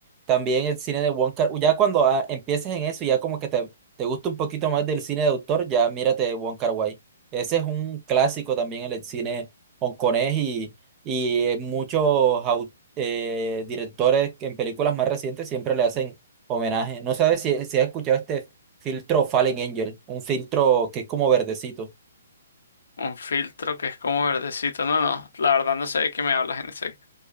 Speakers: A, on the right; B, on the left.
A: También el cine de Wong Kar. Ya cuando ah, empieces en eso, ya como que te, te gusta un poquito más del cine de autor, ya mírate Wong Kar-wai. Ese es un clásico también en el cine hongkonés y, y eh, muchos au- eh, directores que en películas más recientes siempre le hacen homenaje. No sabes si, si has escuchado este filtro Fallen Angel, un filtro que es como verdecito.
B: Un filtro que es como verdecito. No, no, la verdad no sé de qué me hablas en ese,